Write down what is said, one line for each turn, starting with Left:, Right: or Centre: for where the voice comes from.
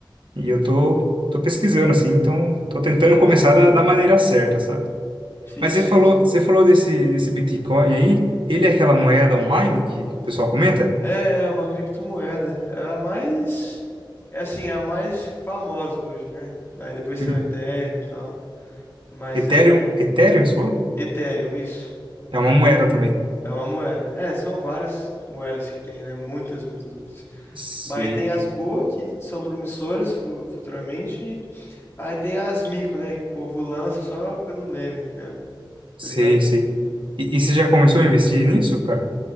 Right: E eu tô, tô pesquisando, assim, então tô tentando começar da, da maneira certa, sabe?
Left: Sim,
Right: Mas
Left: sim,
Right: você falou,
Left: sim.
Right: você falou desse, desse Bitcoin aí, ele é aquela moeda online que o pessoal comenta?
Left: É é uma criptomoeda. É a mais. É assim, é a mais famosa hoje, né? Aí depois
Right: Hum.
Left: tem o Ethereum e tal. Mas
Right: Ethereum,
Left: é.
Right: Ethereum, você falou?
Left: Ethereum, isso.
Right: É uma moeda também.
Left: É uma moeda. É, são várias moedas que tem, né? Muitas, muitas, muitas.
Right: Sei,
Left: Mas tem as boas, que são promissoras fu- futuramente. e Aí tem as mico, né? Que o povo lança só pelo meme mesmo, tá
Right: sei,
Left: ligado?
Right: sei. E, e você já começou a investir nisso, cara?